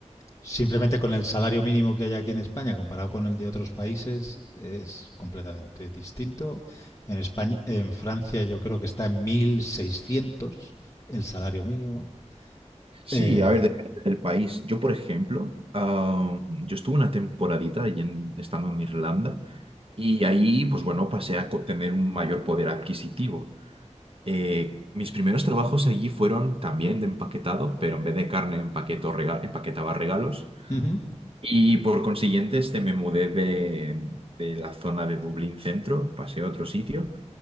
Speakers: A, on the left (about 25°); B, on the right (about 50°).
A: Simplemente con el salario mínimo que hay aquí en España comparado con el de otros países es completamente distinto. En España, en Francia yo creo que está en 1.600 el salario mínimo.
B: Sí,
A: Eh,
B: a ver, depende del país. Yo, por ejemplo, ah, yo estuve una temporadita ahí en- estando en Irlanda y ahí, pues bueno, pasé a co- tener un mayor poder adquisitivo. Eh, mis primeros trabajos allí fueron también de empaquetado, pero en vez de carne empaqueto rega- empaquetaba regalos.
A: ujú,
B: Y por consiguiente, este, me mudé de, de la zona de Dublín Centro, pasé a otro sitio